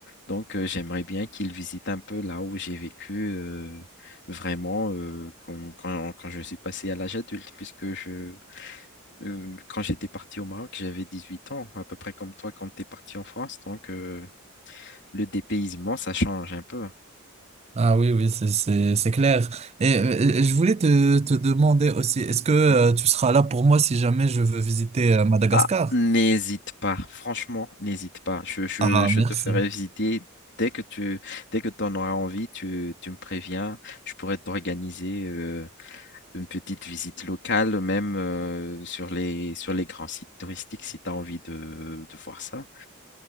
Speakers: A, on the left; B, on the right.
A: donc, euh, j'aimerais bien qu'ils visitent un peu là où j'ai vécu euh, vraiment euh, quand, quand- quand je suis passé à l'âge adulte, puisque je, euh, quand j'étais parti au Maroc, j'avais dix huit ans, à peu près comme toi quand tu es parti en France. Donc, euh, le dépaysement, ça change un peu.
B: Ah oui, oui, c'est, c'est, c'est clair. Et euh, je voulais te, te demander aussi, est-ce que euh,
A: Hmm.
B: tu seras là pour moi si jamais je veux visiter euh, Madagascar?
A: Ah, N'hésite pas, franchement, n'hésite pas. Je, je-
B: Ah,
A: je
B: merci.
A: te ferai visiter dès que tu dès que tu en auras envie, tu, tu me préviens. Je pourrais t'organiser euh, une petite visite locale, même euh, sur les, sur les grands sites touristiques si tu as envie de, de voir ça.